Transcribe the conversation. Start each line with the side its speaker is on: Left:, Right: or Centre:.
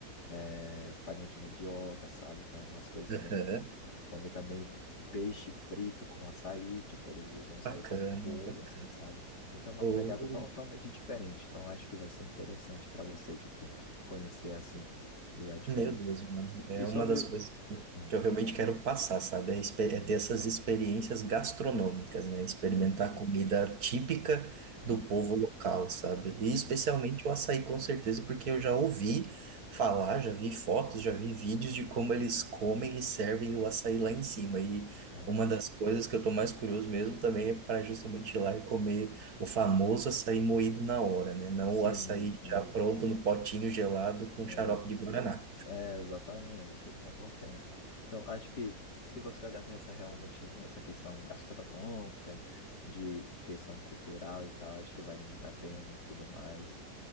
Left: é, farinha de mandioca, sabe? Então, umas coisas
Right: Aham,
Left: bem. Comem também peixe frito com açaí, tipo, eles usam açaí
Right: bacana,
Left: como um molho,
Right: bacana.
Left: assim, sabe? Então é uma
Right: Ou
Left: pegada totalmente diferente. Então, acho que vai ser interessante para você, tipo, conhecer assim um lugar diferente.
Right: Meu Deus, mano. É
Left: E
Right: uma
Left: sobre
Right: das
Left: o-
Right: coisas
Left: Sim,
Right: que eu realmente quero passar, sabe? É, expe-
Left: sim,
Right: é ter essas experiências gastronômicas, né? Experimentar
Left: sim, sim.
Right: a comida típica
Left: Aham,
Right: do povo local, sabe? E especialmente
Left: é,
Right: o açaí, com certeza, porque eu já ouvi falar, já vi fotos, já vi vídeos de como eles comem e servem o açaí lá em cima. E
Left: aham.
Right: uma das coisas que eu tô mais curioso mesmo também é para justamente ir lá e comer o famoso açaí moído na hora, né? Não
Left: Sim,
Right: o açaí
Left: sim.
Right: já pronto no potinho gelado com
Left: É,
Right: xarope de guaraná.
Left: é, exatamente, não compensa. Então, eu acho que se você olhar nessa realmente nessa questão gastronômica, de questão cultural e tal, acho que vale muito a pena e tudo mais.